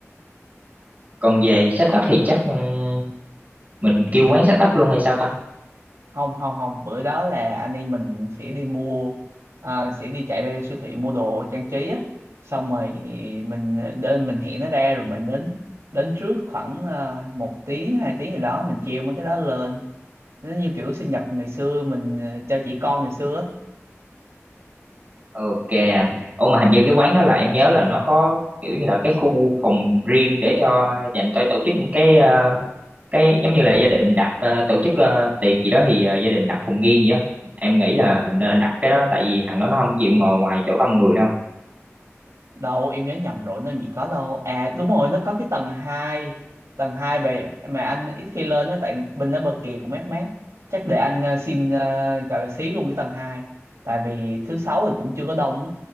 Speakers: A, on the right; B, on the right.
A: còn về set up thì chắc ừm, mình kêu quán set up luôn hay sao ta
B: Không không không, bữa đó là anh em mình sẽ đi mua ờ, sẽ đi chạy ra siêu thị mua đồ trang trí á. Xong rồi mình đến mình hẹn nó ra rồi mình đến đến trước khoảng ờ, một tiếng hai tiếng gì đó mình treo mấy cái đó lên. Nó như kiểu sinh nhật ngày xưa mình ờ, cho trẻ con ngày xưa á.
A: ok anh ồ mà hình như cái quán đó là em nhớ là nó có kiểu như là cái khu phòng riêng để cho dành cho tổ chức những cái ờ, cái giống như là gia đình đặt ờ, tổ chức ờ, tiệc gì đó thì ờ, gia đình đặt phòng riêng gì đó em nghĩ là mình nên đặt cái đó tại vì thằng đó nó không chịu ngồi ngoài chỗ đông người đâu
B: đâu em nhớ nhầm rồi nó gì có đâu à đúng rồi nó có cái tầng hai tầng 2 bề mà anh ít khi lên đó tại bên đó bờ kìa cũng mát mát chắc để anh ờ, xin ờ, gọi là xí luôn cái tầng 2, tại vì thứ sáu thì cũng chưa có đông á